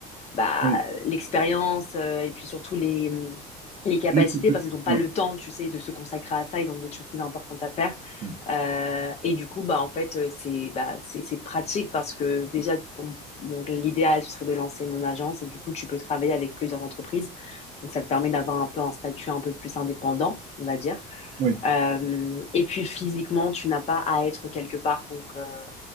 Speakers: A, on the left; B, on the right.
A: bah,
B: Oui.
A: l'expérience euh, et puis surtout les, les capacités
B: Les- tout petits-
A: parce qu'ils n'ont pas
B: ouais.
A: le temps, tu sais, de se consacrer à ça, ils ont d'autres choses plus importantes à faire.
B: Oui.
A: Euh, et du coup, bah, en fait, euh, c'est bah, c'est c'est pratique parce que déjà, tu- on- donc l'idéal, ce serait de lancer mon agence et du coup, tu peux travailler avec plusieurs entreprises. Donc, ça te permet d'avoir un peu un statut un peu plus indépendant, on va dire.
B: Oui.
A: Euh, et puis, physiquement, tu n'as pas à être quelque part. Donc, euh,